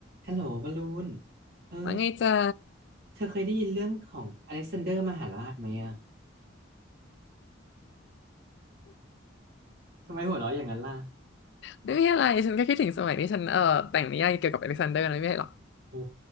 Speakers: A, on the right; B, on the left.
A: ฮัลโหลบอลลูนเออ
B: ว่าไงจ๊ะ
A: เธอเคยได้ยินเรื่องของอเล็กซานเดอร์มหาราชไหมอ่ะทำไมหัวเราะอย่างนั้นล่ะ
B: ไม่มีอะไรฉันก็คิดถึงสมัยที่ฉันเอ่อแต่งนิยายเกี่ยวกับอเล็กซานเดอร์นะไม่มีอะไรหรอก
A: โอ้